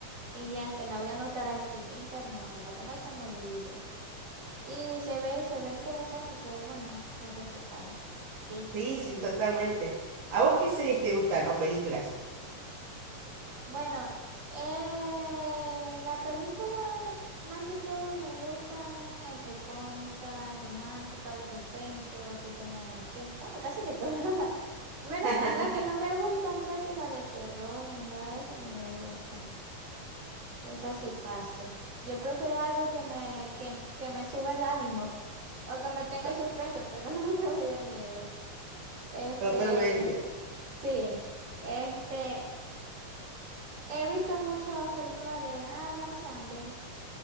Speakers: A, on the right; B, on the right.
A: y ya se la voy a anotar aquí, internauta, para que no se me olvide. Y se ve, se ve interesante, se ve buena, para que sepáis que sí.
B: Sí, sí, totalmente. ¿A vos qué series te gustan o películas?
A: Bueno, eh, las películas más que todo me gustan entre cómicas, románticas, de suspenso, que tengan acción. Bueno, casi que todas. <laughs> Menos
B: <laughs>
A: las que no me gustan, casi las de terror, ni nada de eso no me gustan. Esas sí paso. Yo prefiero algo que me, que, que me suba el ánimo <laughs> o que me tenga
B: To-
A: en suspenso, pero <laughs> no que me dé miedo. Este,
B: Totalmente.
A: sí. Este, He visto muchas películas de Adam Sandler,